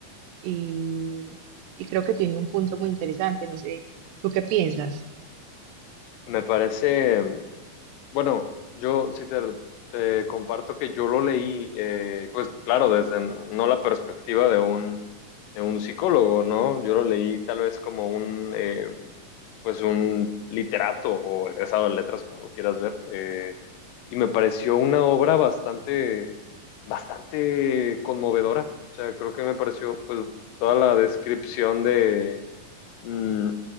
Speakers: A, on the right (about 85°); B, on the left (about 80°).
A: y, y creo que tiene un punto muy interesante. No sé, ¿tú qué piensas?
B: Me parece Bueno, yo sí te, te comparto que yo lo leí, eh, pues claro, desde no la perspectiva de un, de un psicólogo, ¿no? Yo lo leí tal vez como un, eh, pues un literato o egresado de letras, como lo quieras ver, eh, y me pareció una obra bastante, bastante conmovedora. O sea, creo que me pareció, pues, toda la descripción de, mm,